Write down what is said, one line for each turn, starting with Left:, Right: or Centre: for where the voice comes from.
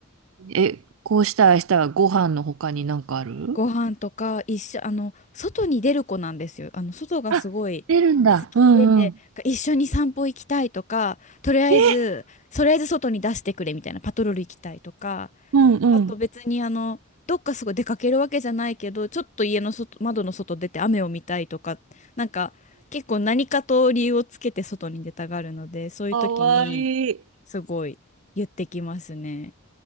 Right: うん。え、こうしたらしたらご飯の他になんかある
Left: ご飯とか一緒、あの、外に出る子なんですよ。あの、外がすごい
Right: あ、出るんだ。
Left: 好きで、
Right: うんうん。
Left: 一緒に散歩行きたいとか、とりあえず、
Right: え、
Left: とりあえず外に出してくれみたいな、パトロール行きたいとか、
Right: うんうん。
Left: あと別にあの、どっかすごい出かけるわけじゃないけど、ちょっと家の外、窓の外出て雨を見たいとか、なんか結構何かと理由をつけて外に出たがるので、そういう時に
Right: かわいい。
Left: すごい言ってきますね。